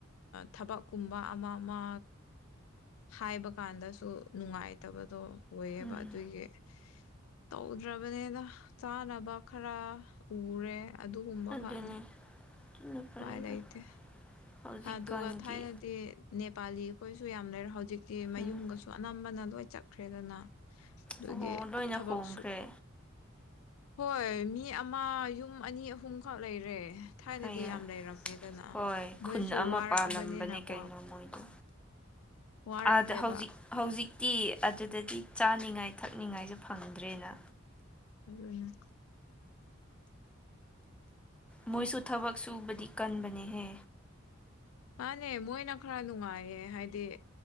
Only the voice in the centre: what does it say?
ꯎꯝ
ꯑꯗꯨꯅꯦ ꯑꯗꯨꯅ ꯐꯔꯦꯗ
ꯍꯧꯖꯤꯛꯀꯥꯟꯒꯤ
ꯎꯝ
ꯑꯣ ꯂꯣꯏꯅ
ꯍꯣꯡꯈ꯭ꯔꯦ
ꯑꯌꯥ
ꯍꯣꯏ ꯈꯨꯟ
ꯑꯃ
ꯄꯥꯜꯂꯝꯕꯅꯦ ꯀꯩꯅꯣ ꯃꯣꯏꯗꯣ
ꯑꯥꯗ ꯍꯧꯖꯤꯛ ꯍꯧꯖꯤꯛꯇꯤ ꯑꯗꯨꯗꯗꯤ ꯆꯥꯅꯤꯡꯉꯥꯏ ꯊꯛꯅꯤꯡꯉꯥꯏꯁꯨ ꯐꯪꯗ꯭ꯔꯦꯅ
ꯃꯣꯏꯁꯨ ꯊꯕꯛ ꯁꯨꯕꯗꯤ ꯀꯟꯕꯅꯦꯍꯦ